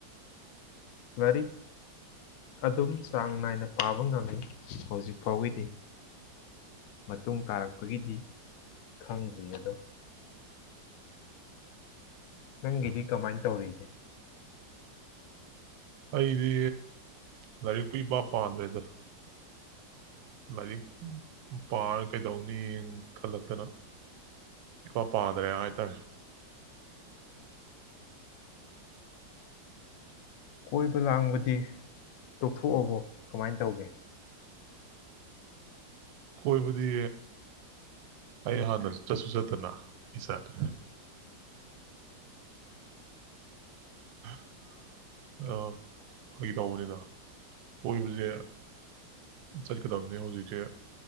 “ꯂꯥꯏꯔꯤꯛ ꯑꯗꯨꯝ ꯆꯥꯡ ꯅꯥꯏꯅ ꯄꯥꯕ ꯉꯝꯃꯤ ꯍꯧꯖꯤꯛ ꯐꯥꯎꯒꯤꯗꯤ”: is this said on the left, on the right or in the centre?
Left